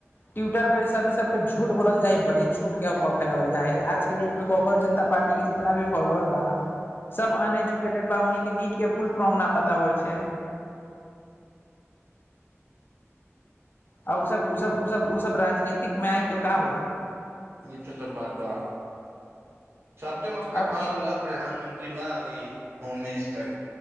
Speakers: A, on the left; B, on the right.
A: ट्विटर पर सभ सबपे झूठ बोलल जाइ बड़ी झूठ छूट क प जा है आजके देटमे क जनता पार्टी के जितना भी फॉलोर बा सब अन एजुकेटेड बा उन्हि के नीट के फुल फॉर्म न पता होइ छै आ ऊ सब ऊ सब ऊ सब ऊ सब राज्य राजनीतिक मे आइ त का होइ
B: मिेसँ बाद बाह सप्ते मस्त नेपाल
A: अब
B: प्रधानमंत्री बावी होम मिनिस्टर